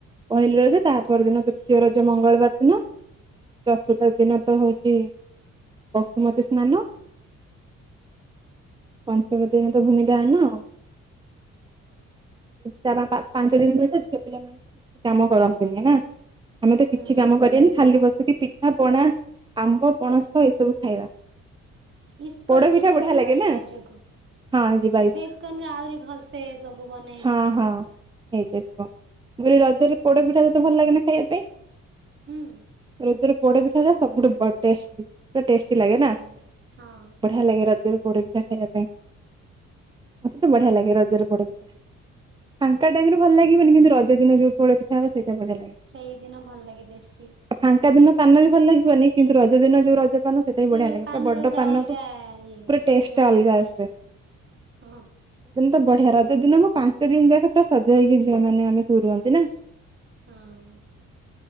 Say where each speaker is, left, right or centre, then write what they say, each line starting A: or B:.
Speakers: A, on the right; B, on the right.
A: ପହିଲି ରଜ ତା
B: ହଁ
A: ପର ଦିନ ତୃତୀୟ ରଜ ମଙ୍ଗଳବାର ଦିନ ଚତୁର୍ଥ ଦିନ ତ ହଉଛି ବସୁମତୀ ସ୍ନାନ ପଞ୍ଚମ ଦିନ ତ ଭୂମି ଦାହନ ଆଉ ପା ପା ପାଞ୍ଚ ଦିନ ପର୍ଯ୍ୟନ୍ତ ଝିଅ ପିଲା କିଛି କାମ କରନ୍ତିନି ନା ଆମେ ତ
B: ହୁଁ
A: କିଛି କାମ କରବାନି ଖାଲି ବସିକି ପିଠା ପଣା ଆମ୍ବ ପଣସ ଏସବୁ ଖାଇବା
B: ଇସ୍କନ
A: ପୋଡ ପିଠା
B: ଯିବାନା
A: ବଢିଆ ଲାଗେ
B: ଗଲେ
A: ନା
B: ରଜକୁ
A: ହଁ ଯିବା
B: ଏବେ ଇସ୍କନ ର ଆହୁରି ଭଲସେ ସବୁ ବନା ହେଇ
A: ହଁ
B: ଯାଇଥିବ
A: ହଁ
B: ନା
A: ହେଇଯାଇଥିବ ମୁଁ କହିଲି ରଜରେ ପୋଡ ପିଠା ତତେ ଭଲ ଲାଗେନା ଖାଇବା ପାଇଁ?
B: ହୁଁ
A: ପ୍ରକୁତରେ ପୋଡ ପିଠା ଟା ସବୁଠୁ ବ ଟେଷ୍ଟ ବି ପୁରା ଟେଷ୍ଟି
B: ହୁଁ
A: ଲାଗେ ନା
B: ହଁ
A: ବଢିଆ ଲାଗେ ରଜରୁ ପୋଡ ପିଠା ଖାଇବା ପାଇଁ ମତେ ତ ବଢିଆ ଲାଗେ ରଜରେ ପୋଡ ପିଠା ଫାଙ୍କା ଟାଇମରେ ଭଲ ଲାଗିବନି କିନ୍ତୁ ର ସେଦିନ ଯଉ ପୋ ପିଠା ଆସେ ବଢିଆ ଲାଗେ
B: ସେଇଦିନ ଭଲ ଲାଗେ ବେଶୀ
A: ଫାଙ୍କା ଦିନ ପାନ ବି ଭଲ ଲାଗିବନି କିନ୍ତୁ ରଜ ଦିନ ଯୋଉ ପାନ ସେଟା ବି
B: ସେ
A: ବଢିଆ ଲାଗେ
B: ପାନର
A: ପୁରା ବଡ
B: ଗୋଟେ
A: ପାନକୁ
B: ଅଲଗା ଇଏ
A: ଟେଷ୍ଟ
B: ଭଲ
A: ଅଲଗା
B: ଲାଗେ
A: ଆସେ।
B: ହଁ
A: ତ ବଢିଆ ରଜ ଦିିନ ମୁଁ ପାଞ୍ଚ ଦିନ ଯାକ ପୁରା ସଜ ହେଇକି ଝିଅ ମାନେ ଆମେ ସବୁ ରୁହନ୍ତି ନା
B: ହଁ